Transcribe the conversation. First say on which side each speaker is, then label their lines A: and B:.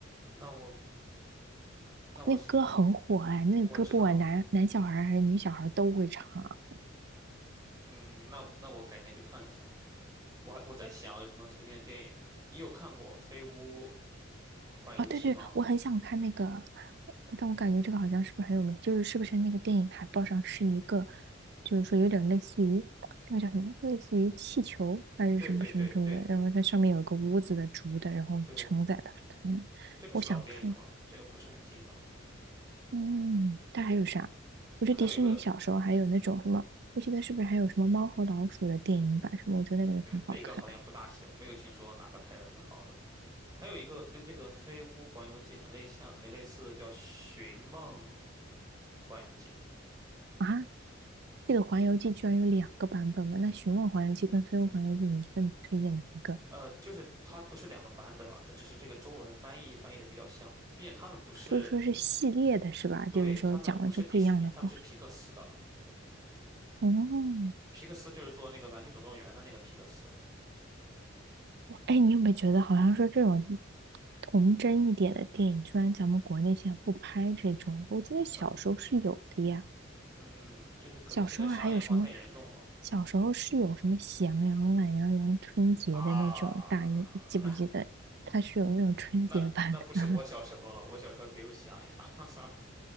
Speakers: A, on the right; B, on the right.
A: 那我那我
B: 那歌很火哎，那个歌不管男男小孩儿还是女小孩儿都会唱啊。
A: 我知道，嗯，那那我改天去看一下。我还我在想有什么推荐的电影？你有看过《飞屋环游记》吗？
B: 啊，对对，我很想看那个，但我感觉这个好像是不是很有名？就是是不是那个电影海报上是一个，就是说有点类似于那个叫什么，类似于气球还是什么什么什么的，
A: 对对对对，飞这
B: 然后它上面有个屋子的竹的，然后承载的他们我想看，
A: 对这个是老电影了，这个不是很近的了。
B: 嗯，它还有啥？我觉得迪士尼小时候还有那种什么，
A: 也还有一个
B: 我记得是不是还有什么猫和老鼠的电影版什么？我觉得那个也很好看
A: 那个好像不大行，没有听说哪个拍的很好的。还有一个跟这个《飞屋环游记》很类像、很类似的叫《寻梦环游记》。
B: 啊。啊这个《环游记》居然有两个版本嘛？那《寻梦环游记》跟《飞屋环游记》，你更推荐哪一个？
A: 呃，就是它不是两个版本了，它只是这个中文翻译翻译的比较像，并且他们不是，
B: 就是说是系列的是吧？
A: 对，
B: 就是说讲的是不一样的故事。
A: 他们不是迪士尼，他们是皮克斯的。
B: 哦，
A: 皮克斯就是做那个《玩具总动员》的那个皮克斯。
B: 哎，你有没有觉得好像说这种童真一点的电影，居然咱们国内现在不拍这种？我记得小时候是有的呀，
A: 嗯嗯，就是可能现在商业化太严重了
B: 小时候还有什么？小时候是有什么喜羊羊、懒羊羊春节的那种大英，
A: 啊。
B: 记不记得？它是有那种春节版的。
A: 那那不是我小时候了，
B: <laughs>
A: 我小时候没有喜羊羊。